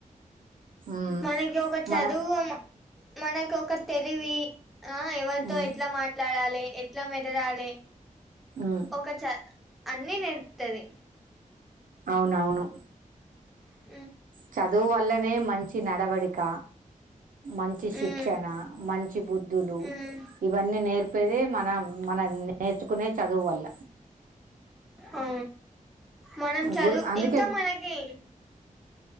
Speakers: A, on the right; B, in the centre.
A: ఉమ్
B: మనకి ఒక చదువు
A: మన
B: మనకు ఒక తెలివి ఆ ఎవరితో
A: ఉమ్
B: ఎట్లా మాట్లాడాలి ఎట్లా మేదలాలే
A: ఉమ్
B: ఒక చ అన్నిీ నేర్పుతది
A: అవునవును
B: అ
A: చదువు వల్లనే మంచి నడవడిక మంచి శిక్షణ
B: ఉమ్
A: మంచి బుద్ధులు
B: ఉమ్
A: ఇవన్నీ నేర్పేదే మన మనం నేర్చుకునే చదువు వల్ల
B: ఆ మనం చదువు
A: గురు అందుకే
B: ఇంకా మనకి